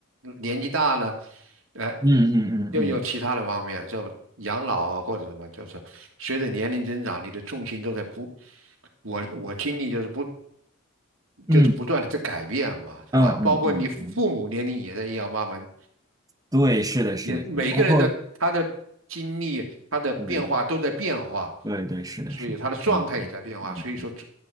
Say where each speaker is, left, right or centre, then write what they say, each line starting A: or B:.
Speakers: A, on the right; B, on the right.
A: 年纪大了，呃，
B: 嗯嗯嗯嗯
A: 又有其他的方面，就养老啊或者什么，就是随着年龄增长，你的重心都在不，我我经历就是不。
B: 嗯
A: 就是不断的在改变嘛，是吧？
B: 嗯嗯嗯嗯
A: 包括你父父母年龄也在也要慢慢
B: 对，是的，是的，
A: 你每个人的他的经历、
B: 是的，包括
A: 他的变化都在变化，
B: 对对对，是的，
A: 所以他的状态也在变化。
B: 是的，嗯嗯嗯，
A: 所以说这